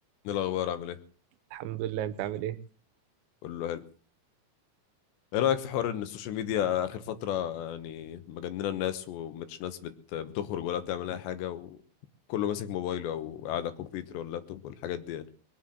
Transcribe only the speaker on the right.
الحمد لله انت عامل ايه